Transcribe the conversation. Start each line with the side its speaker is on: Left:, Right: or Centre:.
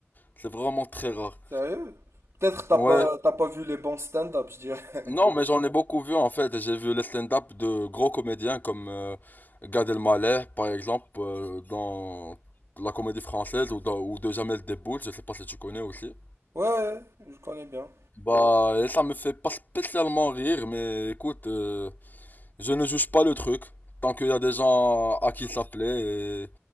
Left: C'est vraiment très rare.
Right: Sérieux? Peut-être t'as
Left: Ouais,
Right: pas t'as pas vu les bons stand-up, je dirais.
Left: Non, mais j'en ai beaucoup vu en fait. J'ai vu les stand-up de gros comédiens comme euh, Gad Elmaleh, par exemple, euh, dans la comédie française ou, dans, ou de Jamel Debbouze. Je sais pas si tu connais aussi.
Right: <laughs> Ouais, ouais, je connais bien.
Left: Bah, et ça me fait pas spécialement rire, mais écoute, euh, je ne juge pas le truc. Tant qu'il y a des gens à qui ça plaît